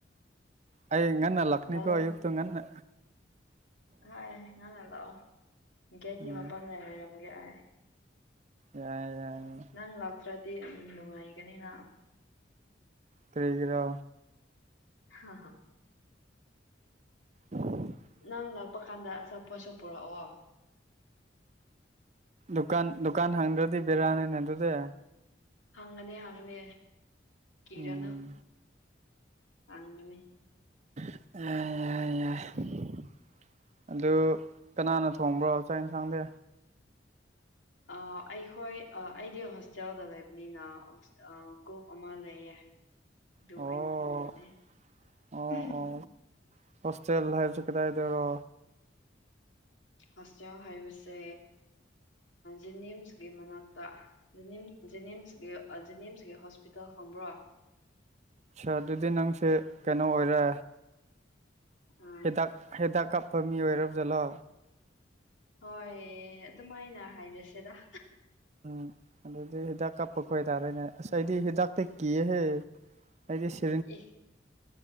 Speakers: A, on the right (about 40°); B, on the left (about 80°).
A: ꯑꯩ ꯉꯟꯅ ꯂꯥꯛꯀꯅꯤ
B: ꯗꯥꯜ
A: ꯀꯣ ꯑꯌꯨꯛꯇꯨ ꯉꯟꯅ꯫
B: ꯍꯥꯏ ꯉꯟꯅ ꯂꯥꯛꯑꯣ ꯒꯦꯠꯀꯤ
A: ꯎꯝ
B: ꯃꯄꯜꯗ ꯉꯥꯏꯔꯝꯒꯦ ꯑꯩ꯫
A: ꯌꯥꯏ ꯌꯥꯏ
B: ꯅꯪ ꯂꯥꯛꯇ꯭ꯔꯗꯤ ꯅꯨꯡꯉꯥꯏꯒꯅꯤꯅ
A: ꯀꯔꯤꯒꯤꯔ
B: ꯍꯥ ꯍꯥ
A: ꯎ <inaudible>
B: ꯅꯪ ꯂꯥꯛꯄ ꯀꯥꯟꯗ ꯑꯆꯥꯄꯣꯠ ꯁꯨ ꯄꯨꯔꯛꯑꯣ
A: ꯗꯨꯀꯥꯟ ꯗꯨꯀꯥꯟ ꯍꯪꯗ꯭ꯔꯗꯤ ꯕꯦꯔꯥꯅꯤꯅꯦ ꯑꯗꯨꯗꯤ
B: ꯍꯪꯉꯅꯤ ꯍꯪꯉꯅꯤ ꯀꯤꯒꯅꯨ
A: ꯎꯝ
B: ꯍꯪꯒꯅꯤ
A: ꯌꯥꯢ ꯌꯥꯏ ꯌꯥꯏ ꯑꯗꯨ ꯀꯅꯥꯅ ꯊꯣꯡꯕ꯭ꯔꯣ ꯆꯥꯛ ꯌꯦꯟꯁꯥꯡꯗꯤ
B: ꯑ ꯑꯩꯈꯣꯏ ꯑꯩꯗꯤ ꯍꯣꯁꯇꯦꯜꯗ ꯂꯩꯕꯅꯤꯅ ꯀꯣꯞ ꯑꯃ ꯂꯩꯌꯦ ꯑꯗꯨ
A: ꯑꯣ
B: ꯑ ꯑꯣꯏꯅ ꯊꯣꯡꯕꯅꯦ
A: ꯑꯣ
B: <unintelligible>
A: ꯑꯣ ꯍꯣꯁꯇꯦꯜ ꯍꯥꯏꯕꯁꯦ ꯀꯗꯥꯥꯏꯗꯔꯣ?
B: ꯍꯣꯁꯇꯦꯜ ꯍꯥꯏꯕꯁꯦ ꯖꯤꯅꯤꯝꯁꯀꯤ ꯃꯅꯥꯛꯇ ꯖꯤꯅꯤꯝ ꯖꯦꯅꯤꯝꯁ ꯖꯦꯅꯤꯝꯁꯒꯤ ꯍꯣꯁꯄꯤꯇꯥꯜ ꯈꯪꯕ꯭ꯔꯣ?
A: ꯑ ꯑꯗꯨꯗꯤ ꯅꯪꯁꯦ ꯀꯩꯅꯣ ꯑꯣꯏꯔꯦ
B: ꯎꯝ
A: ꯍꯤꯗꯥꯛ ꯍꯤꯗꯥꯛ ꯀꯥꯞꯄ ꯃꯤ ꯑꯣꯏꯔꯕ ꯖꯥꯠꯂꯣ?
B: ꯍꯣꯏ ꯑꯗꯨꯃꯥꯏꯅ ꯍꯥꯏꯔꯁꯦꯗ
A: ꯎꯝ ꯑꯗꯨꯗꯤ ꯍꯤꯗꯥꯛ ꯀꯥꯞꯄ ꯈꯣꯏꯇꯥꯔꯦꯅꯦ ꯉꯁꯥꯏꯗꯤ ꯍꯤꯗꯥꯛꯇ ꯀꯤꯌꯦꯍꯦ ꯑꯩꯗꯤ ꯁꯤ
B: ꯑꯦ